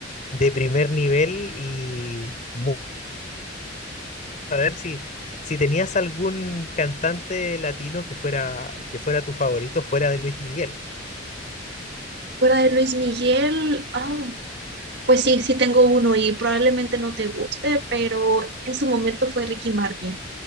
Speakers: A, on the left (about 40°); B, on the right (about 60°).
A: de primer nivel y mu- saber si, si tenías algún cantante latino que fuera, que fuera tu favorito fuera de Luis Miguel.
B: Fuera de Luis Miguel, ah, pues sí, sí tengo uno y probablemente no te guste, pero en su momento fue Ricky Martin.